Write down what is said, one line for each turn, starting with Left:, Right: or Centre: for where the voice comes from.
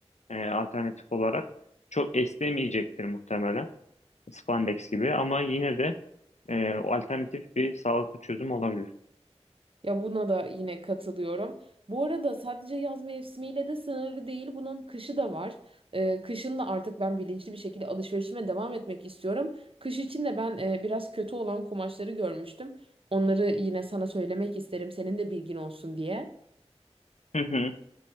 Left: e, alternatif olarak. Çok esnemeyecektir muhtemelen spandex gibi ama yine de e, o alternatif bir sağlıklı çözüm olabilir.
Right: Ya buna da yine katılıyorum. Bu arada sadece yaz mevsimiyle de sınırlı değil. Bunun kışı da var. Ee, kışın da artık ben bilinçli bir şekilde alışverişime devam etmek istiyorum. Kış için de ben e, biraz kötü olan kumaşları görmüştüm. Onları yine sana söylemek isterim, senin de bilgin olsun diye.
Left: Hı hı.